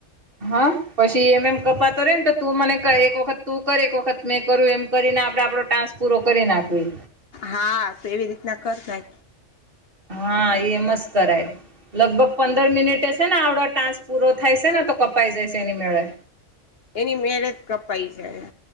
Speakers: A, on the right (about 45°); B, on the left (about 55°).
A: હા પછી એમ એમ કપાતો રે ને તો તું મને એક વખત તું કર એક વખત મેં કરું એમ કરીને આપડે આપડો ટાસ્ક પૂરો કરી નાખવી.
B: હા તો એવી રીતના કરતા.
A: હા એ મસ્ કરાય લગભગ પંદર મિનિટ છે આવડા ટાસ્ક. પૂરો થાય છે ને તો કપાઈ જયશે એની મેળે.
B: એની મેળે કપાઈ જાય.